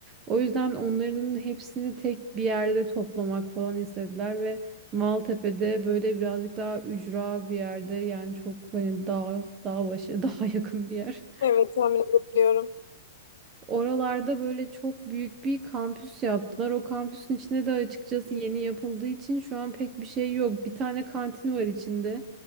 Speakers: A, on the right; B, on the left.
A: O yüzden onların hepsini tek bir yerde toplamak falan istediler ve Maltepe'de böyle birazcık daha ücra bir yerde yani çok hani dağ, dağ başı, <laughs> dağa yakın bir yer.
B: Evet tahmin edebiliyorum.
A: Oralarda böyle çok büyük bir kampüs yaptılar. O kampüsün içinde de açıkçası yeni yapıldığı için şu an pek bir şey yok. Bir tane kantin var içinde.